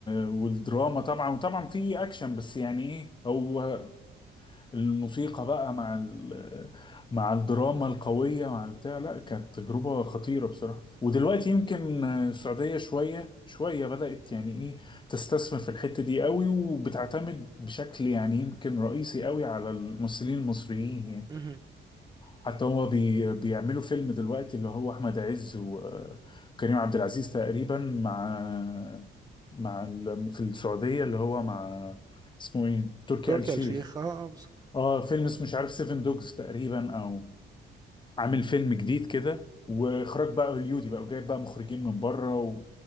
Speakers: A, on the left; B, on the right.
A: والدراما طبعا وطبعا في اكشن بس يعني ايه هو الموسيقى بقى مع ال مع الدراما القوية مع البتاع لا كانت تجربة خطيرة بصراحة ودلوقتي يمكن السعودية شوية شوية بدأت يعني ايه تستثمر في الحتة دي قوي وبتعتمد بشكل يعني يمكن رئيسي قوي على الممثلين المصريين يعني
B: مهم.
A: حتى هو بي بيعملوا فيلم دلوقتي اللي هو احمد عز و- وكريم عبد العزيز تقريبا مع مع ال- في السعودية اللي هو مع اسمه ايه تركي
B: تركي
A: آل الشيخ
B: آل الشيخ اه آه، بالظبط
A: اه فيلم اسمه مش عارف سيفن دوجز تقريبا او عامل فيلم جديد كده واخراج بقى هوليودي بقى وجايب بقى مخرجين من بره